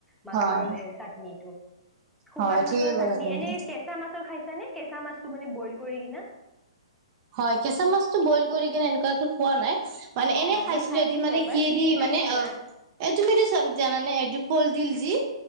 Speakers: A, in the centre; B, on the right (about 40°).
A: মাছৰ
B: হয়
A: এই চাটনি টো, শুকান
B: হয় ঠিকে
A: মাছৰ
B: ক'লা
A: চাটনি
B: তুমি।
A: এনেই কে কেঁচা মাছৰ খাইছ নে, কেঁচা মাছটো মানে বইল কৰি কিনে?
B: হয়, কেঁচা মাছটো বইল কৰি কিনে এনেকুৱাকে খোৱা নাই। মানে
A: অ
B: এনে খাইছিলোঁ।
A: মই খাইছিলো
B: এদিন মানে
A: এবাৰ
B: কি এদিন
A: পিটিকা
B: মানে
A: নিচিনা
B: অ' এই তুমি এইটো জানানে এইটো কল দিল যি?